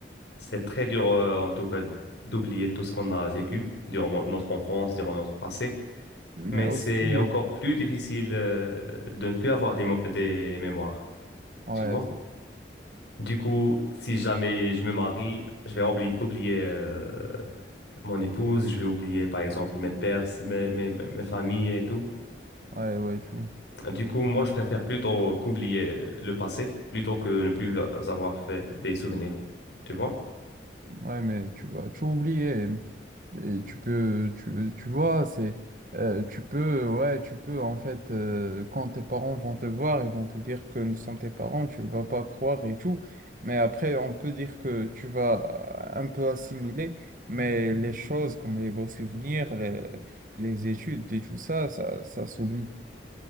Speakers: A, on the left; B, on the right.
A: C'est très dur, euh, en tout cas, d'oublier tout ce qu'on a vécu durant mon- notre enfance, durant notre passé.
B: Mais
A: mais
B: aussi,
A: c'est encore
B: euh,
A: plus difficile euh, de ne plus avoir des, mo- des mémoires,
B: ouais,
A: tu vois.
B: c'est-
A: Du coup, si jamais je me marie, je vais oubli- oublier euh, mon épouse, je vais oublier par exemple mes pères, mes, mes, mes mes familles et tout.
B: ouais, ouais, tu vois.
A: Du coup, moi, je préfère plutôt qu'oublier le passé, plutôt que ne plus avoir fait des souvenirs, tu vois.
B: Ouais, mais tu vas tout oublier. Et tu peux, tu, tu vois, c'est, euh, tu peux, ouais, tu peux, en fait, euh, quand tes parents vont te voir, ils vont te dire que nous sommes tes parents, tu ne vas pas croire et tout. Mais après, on peut dire que tu vas euh, un peu assimiler, mais les choses comme les beaux souvenirs, les, les études et tout ça, ça, ça s'oublie.